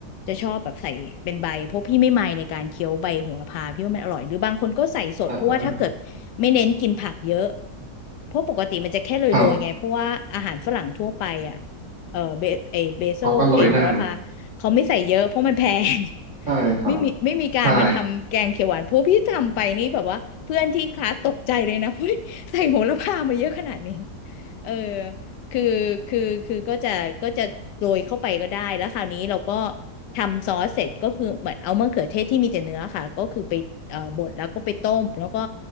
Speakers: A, on the left (about 80°); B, on the right (about 45°).
A: จะชอบแบบใส่เป็นใบเพราะพี่ไม่ไมในการเคี้ยวใบโหระพาพี่ว่ามันอร่อยหรือบางคนก็ใส่สดเพราะว่าถ้าเกิดไม่เน้นกินผักเยอะ
B: อ่า
A: เพราะปกติมันจะแค่โรยๆไงเพราะว่าอาหารฝรั่งทั่วไปอ่ะ
B: ครับ
A: เออเบเอเบโซเอโหระพาเขาไม่ใส่เยอะเพราะมันแพง
B: เขาก็โรยหน้าเนาะใช่ครับ
A: ไม่มีไม่มีการมาทำแกงเขียวหวานเพราะพี่ทำไปนี่แบบว่าเพื่อนที่คลาสตกใจเลยนะ
B: ใช่
A: <laughs> เฮ้ยใส่โหระพามาเยอะขนาดนี้เออคือคือคือก็จะก็จะโรยเข้าไปก็ได้แล้วคราวนี้เราก็ทำซอสเสร็จก็คือเหมือนเอามะเขือเทศที่มีแต่เนื้อค่ะก็คือไปเอ่อบดแล้วก็ไปต้มแล้วก็